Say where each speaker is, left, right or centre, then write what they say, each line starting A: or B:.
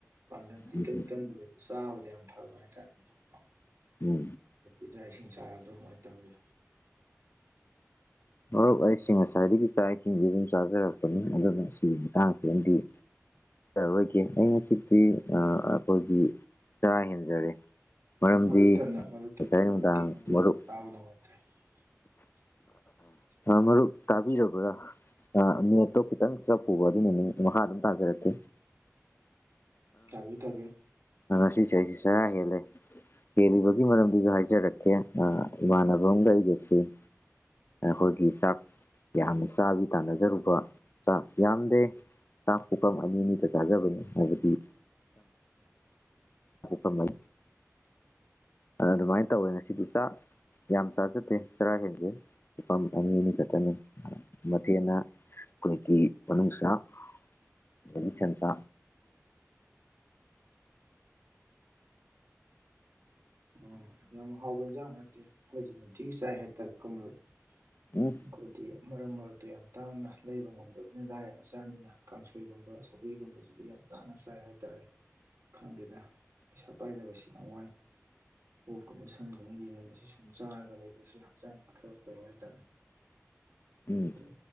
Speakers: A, on the right; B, on the left.
A: ꯄꯥꯡꯒꯟꯗꯤ
B: ꯎꯝ
A: ꯀ ꯀꯟꯗ ꯆꯥꯕꯗꯤ ꯌꯥꯝ ꯐꯕ ꯍꯥꯏꯇꯥꯔꯦꯅꯦꯣ ꯑ
B: ꯎꯝ
A: ꯏꯖꯆꯥ ꯏꯁꯤꯡ ꯆꯔꯕ꯭ꯔꯥ ꯀꯃꯥꯏꯅ ꯇꯧꯒꯦ
B: ꯃꯔꯨꯞ ꯑꯩꯁꯤꯡ ꯉꯁꯥꯏꯗꯒꯤ ꯀꯥ ꯏꯁꯤꯡ ꯑꯗꯨꯝ ꯆꯥꯖꯔꯛꯄꯅꯤ ꯑꯗꯨꯅ ꯑꯁꯤꯒꯤ ꯃꯇꯥꯡ ꯄꯗꯤ ꯌꯥꯔꯣꯏꯒꯦ ꯑꯩ ꯉꯁꯤꯗꯤ ꯑꯩꯈꯣꯏꯒꯤ ꯆꯔꯥ ꯍꯦꯟꯖꯔꯦ ꯃꯔꯝꯗꯤ
A: ꯃꯔ ꯏꯅ ꯃꯔꯨ
B: ꯉꯁꯥꯏ
A: ꯃꯔꯨꯛ
B: ꯅꯨꯡꯗꯥꯡ
A: ꯈꯖ
B: ꯃꯔꯨꯞ
A: ꯇꯥꯕꯅ ꯑꯣꯏꯠꯇꯦ <unintelligible>
B: ꯃꯔꯔ ꯇꯥꯕꯤꯔ ꯀ ꯑ ꯃꯤ ꯑꯠꯇꯣ ꯈꯤꯇꯪ ꯆꯞ ꯄꯨꯕ ꯑꯗꯨꯅꯅꯤ ꯃꯈꯥ ꯑꯗꯨꯝ ꯇꯥꯖꯔꯛꯀꯦ
A: ꯊꯕꯤ ꯊꯕꯤꯌꯦ
B: ꯑꯁꯤꯁꯦ ꯑꯩꯁꯦ ꯆꯔꯥ ꯍꯦꯜꯂꯦ ꯍꯦꯜꯂꯤꯕꯒꯤ ꯃꯔꯝꯗꯨꯒ ꯍꯥꯏꯖꯔꯛꯀꯦ ꯏꯃꯥꯟꯅꯕ ꯑꯝꯒ ꯑꯩꯒꯁꯤ ꯑꯩꯈꯣꯏꯒꯤ ꯆꯥꯛ ꯌꯥꯝꯅ ꯆꯥꯕꯤ ꯇꯥꯟꯅꯖꯔꯨꯕ ꯆꯥꯛ ꯌꯥꯝꯗꯦ ꯆꯥꯛ ꯄꯨꯐꯝꯝ ꯑꯅꯤ ꯑꯅꯤꯗ ꯆꯥꯖꯕꯅꯤ ꯍꯥꯏꯕꯗꯤꯝ ꯑ ꯆꯅꯤ ꯑꯗꯨ ꯑꯗꯨꯃꯥꯏꯅ ꯇꯧꯋꯦ ꯉꯁꯤꯗꯤ ꯆꯥꯛ ꯌꯥꯝ ꯆꯥꯖꯠꯇꯦ ꯆꯔꯥ ꯍꯦꯟꯖꯩ ꯂꯨꯄꯥ ꯑꯃ ꯆꯅꯤ ꯑꯅꯤ ꯆꯠꯇꯅꯤ ꯃꯊꯦꯅ ꯑꯩꯣꯏꯁꯁꯟ
A: ꯎꯝ ꯌꯥꯝ ꯍꯥꯎꯕ ꯍꯖꯥꯡ ꯅꯠꯇꯦ ꯑꯩꯈꯣꯏꯒꯤ ꯅꯤꯡꯅꯨꯡꯊꯤꯒꯤ ꯆꯥꯏ ꯍꯥꯏꯇꯥꯔꯦꯒꯨꯝꯕ ꯑꯩꯈꯣꯏꯗꯤ
B: ꯎꯝ
A: ꯃꯔꯛ ꯃꯔꯛꯇ ꯌꯥꯝ ꯇꯥꯡꯅ ꯂꯩꯕ ꯉꯝꯗꯕꯅꯤꯅ ꯂꯥꯏꯔ ꯃꯆꯥꯅꯤꯅ ꯀꯥꯡꯁꯣꯏꯒꯨꯝꯕ ꯁꯒꯣꯏꯒꯨꯝꯕꯁꯤꯗꯤ ꯌꯥꯝ ꯇꯥꯡꯅ ꯆꯥꯏ ꯍꯥꯏꯇꯥꯔꯦ ꯈꯪꯗꯦꯗ ꯄꯩꯁꯥ ꯄꯥꯏꯗꯕꯁꯤ ꯌꯥꯝ ꯋꯥꯏ ꯀꯣꯛꯀꯨꯝꯕ ꯁꯪꯒꯨꯝꯕ ꯌꯦꯡꯉꯕꯁꯤ ꯁꯨꯝ ꯆꯥꯔꯒ ꯂꯩꯕꯕꯁꯤ ꯍꯛꯆꯥꯡꯁ ꯐꯔ ꯇꯕ ꯍꯥꯏꯇꯥꯔꯦ
B: ꯎꯝ
A: ꯗꯤ